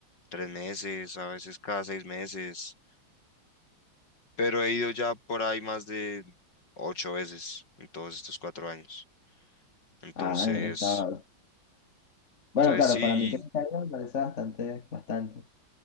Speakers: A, on the left; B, on the left.
A: tres meses, a veces cada seis meses, pero he ido ya por ahí más de ocho veces en todos estos cuatro años. Entonces,
B: Ah, eh, está. Bueno,
A: entonces
B: claro,
A: sí,
B: para mí que me caiga me parece bastante, bastante.